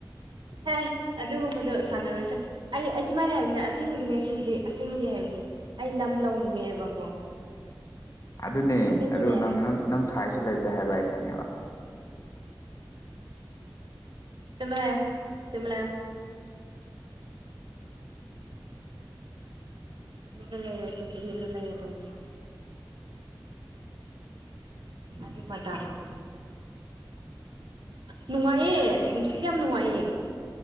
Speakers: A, on the right; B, on the left.
A: ꯍꯦ ꯑꯗꯨꯒꯨꯝꯕꯗꯣ ꯁꯥꯟꯅꯔꯣꯏꯁꯦ ꯑꯩ ꯑꯩ ꯁꯨꯃꯥꯏꯅ ꯍꯥꯏꯕꯅꯦ ꯑꯁꯦꯡꯕꯒꯤꯅꯦ ꯑꯁꯤꯕꯨꯗꯤ ꯑꯁꯦꯡꯕꯗꯤ ꯍꯥꯏꯕꯅꯤ ꯑꯩ ꯂꯝ ꯂꯧꯅꯤꯡꯉꯦꯕꯀꯣ
B: ꯑꯗꯨꯅꯦ
A: ꯑꯁꯦꯡꯒꯤꯅꯦ
B: ꯑꯗꯨ ꯅꯪ ꯅꯪ ꯅꯪ ꯁꯥꯏꯖꯁꯨ ꯂꯩꯇꯦ ꯍꯥꯏꯕ ꯑꯩ ꯈꯪꯉꯦꯕ
A: ꯇ ꯃꯅꯌꯥ ꯇ ꯃꯅ ꯃꯤꯅ ꯂꯩ ꯌꯥꯁꯣ ꯇꯨꯃꯤꯅ ꯂꯩ ꯌꯥꯁꯣ ꯑꯗꯨ ꯃꯖꯥꯡ ꯂꯩ ꯅꯨꯡꯉꯥꯏꯌꯦ ꯅꯨꯡꯁꯤꯠꯒꯤ ꯌꯥꯝ ꯅꯨꯡꯉꯥꯏꯌꯦ